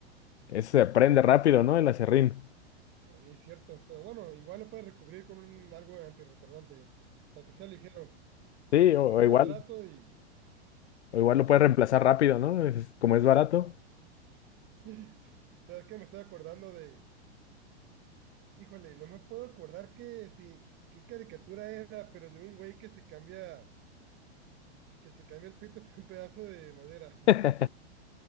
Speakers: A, on the left; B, on the right.
A: ese se aprende rápido, ¿no? El aserrín.
B: Oye, es cierto, pero bueno, igual lo puedes recubrir con un, algo antirretardante, para que sea ligero,
A: Sí, o,
B: ligero,
A: o igual,
B: barato y...
A: o igual lo
B: y
A: puedes
B: cua-
A: reemplazar rápido, ¿no? Es- como es barato.
B: <laughs> ¿Sabes qué? Me estoy acordando de... Híjole, no me puedo acordar que si, qué caricatura era, pero de un güey que se cambia, que se cambia el pito <laughs> por un pedazo de madera,
A: <laughs>